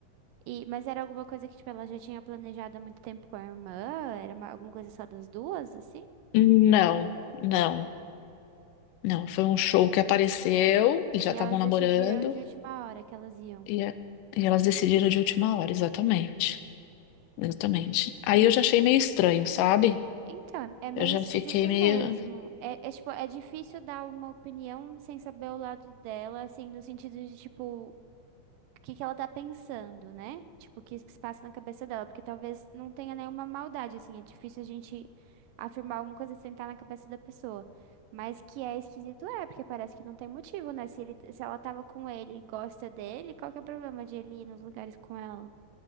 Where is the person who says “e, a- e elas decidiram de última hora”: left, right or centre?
Left